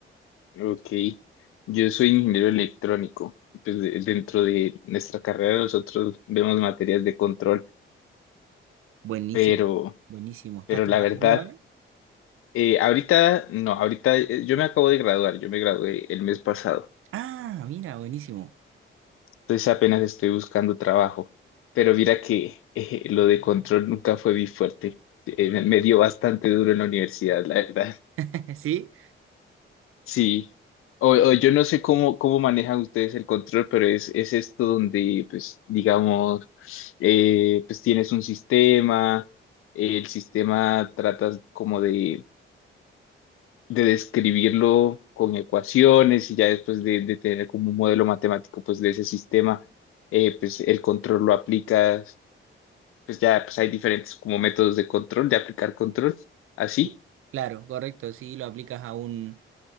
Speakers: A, on the left (about 85°); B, on the right (about 80°).
A: Ok, yo soy ingeniero electrónico. y Pues de- dentro de nuestra carrera nosotros vemos materias de control,
B: Buenísimo,
A: pero,
B: buenísimo. ¿Estás
A: pero
B: trabajando
A: la verdad,
B: ahora?
A: eh, ahorita no, ahorita eh, yo me acabo de graduar, yo me gradué el mes pasado.
B: Ah, mira, buenísimo.
A: Entonces apenas estoy buscando trabajo. Pero mira que eh, lo de control nunca fue mi fuerte. Eh, me me dio bastante duro en la universidad, la verdad.
B: <laughs> Sí,
A: Sí. O, o yo no sé cómo, cómo manejan ustedes el control, pero es, es esto donde, pues, digamos, eh, pues tienes un sistema, el sistema tratas como de, de describirlo con ecuaciones y ya después de, de tener como un modelo matemático, pues, de ese sistema, eh, pues el control lo aplicas pues ya pues hay diferentes como métodos de control, de aplicar control, así.
B: sí, claro, correcto. Sí, lo aplicas a un,